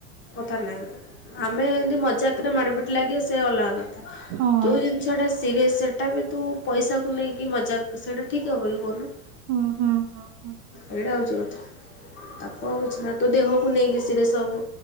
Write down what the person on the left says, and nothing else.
କଥାରେ ନାଇଁ। ଆମେ ଏମିତି ମଜାକରେ ମାଡ ପିଟି ଲାଗିବା ସେ ଅଲଗା।
ଯୋଉ ଜିନିଷ ଟା ସିରିଏସ ସେଟା ବି ତୁ ପଇସାକୁ ନେଇକି ମଜାକ୍ ସେଇଟା ଠିକ୍ ହବ କି କୁହନ୍ତୁ।
ଏଇଟା ହଉଛି କଥା ତାକୁ ଆଉ କିଛି ନା ତୁ ଦେହକୁ ନେଇକି ସିରିଏସ୍ ହବ।